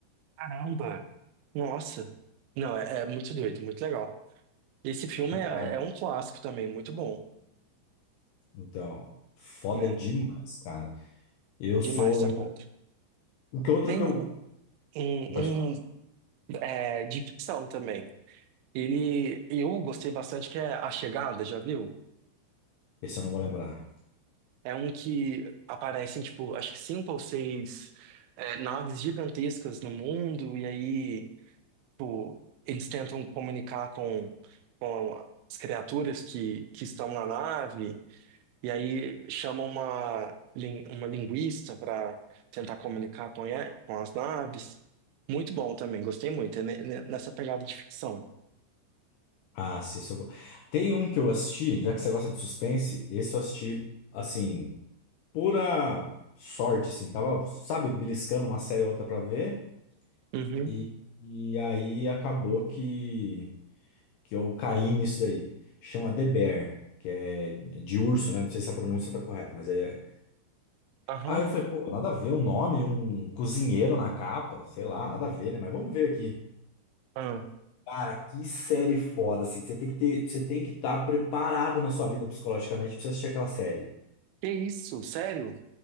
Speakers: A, on the right; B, on the left.
A: Caramba! Nossa! Não, é, é muito doido, muito legal. Esse filme
B: Bizarro.
A: é, é um clássico também, muito bom,
B: Então, foda
A: né?
B: demais, cara. Eu sou.
A: Demais da conta.
B: O que outro
A: Tem
B: que eu.
A: um, um,
B: Pode falar.
A: um, é, de ficção também. Ele, eu gostei bastante que é A Chegada, já viu?
B: Esse eu não vou lembrar.
A: É um que aparecem, tipo, acho que cinco ou seis é, naves gigantescas no mundo, e aí, tipo, eles tentam comunicar com, com as criaturas que, que estão na nave, e aí chamam uma, lin- uma linguista para tentar comunicar com, e- com as naves. Muito bom também, gostei muito, é ne- ne- nessa pegada de ficção.
B: Ah, sim, esse eu... Tem um que eu assisti, já que você gosta de suspense, esse eu assisti, assim, pura sorte, assim. Tava, sabe, beliscando uma série ou outra pra ver.
A: Uhum,
B: E, e aí acabou que, que eu caí nisso daí. Chama The Bear, que é de urso, né? Não sei se a pronúncia tá correta, mas é.
A: aham,
B: Aí eu falei, pô, nada a ver o nome, um cozinheiro na capa, sei lá, nada a ver, né? Mas vamos ver aqui.
A: aham.
B: Cara, que série foda, assim. Você tem que ter, você tem que estar preparado na sua vida psicologicamente pra você assistir aquela série.
A: Que isso, sério?